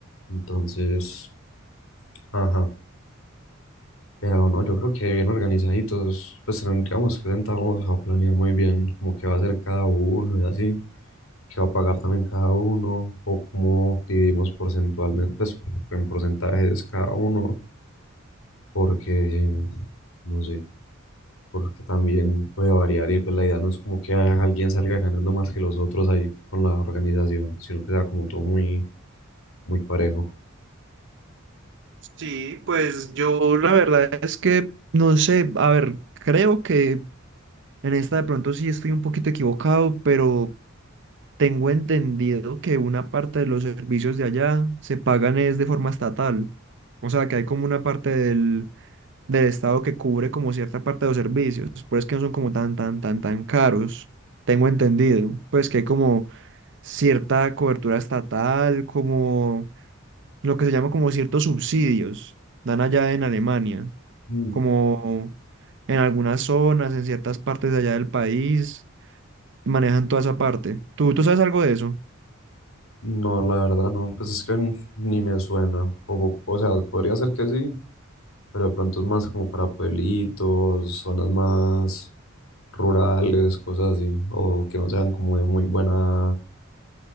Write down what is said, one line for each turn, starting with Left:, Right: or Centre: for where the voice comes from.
Left: Entonces, ajá. Pero no, yo creo que bien organizaditos, pues tendríamos que sentarnos a planear muy bien como qué va a hacer cada uno y así, qué va a pagar también cada uno, o cómo dividimos porcentualmente, pues en porcentajes cada uno, porque no sé. porque también puede variar y pues la idea no es como que a- alguien salga ganando más que los otros ahí con la organización, sino que sea como todo muy, muy parejo.
Right: Sí, pues yo, la verdad es que no sé, a ver, creo que en esta de pronto sí estoy un poquito equivocado, pero tengo entendido que una parte de los servicios de allá se pagan es de forma estatal. O sea, que hay como una parte del del Estado que cubre como cierta parte de los servicios, por eso es que no son como tan, tan, tan, tan caros, tengo entendido, pues que hay como cierta cobertura estatal, como lo que se llama como ciertos subsidios, dan allá en Alemania,
Left: Mm.
Right: como en algunas zonas, en ciertas partes de allá del país, manejan toda esa parte. ¿Tú, tú sabes algo de eso?
Left: No, la verdad no, pues es que n- ni me suena, o, o sea, podría ser que sí, pero de pronto es más como para pueblitos, zonas más rurales, cosas así, o que no sean como de muy buena,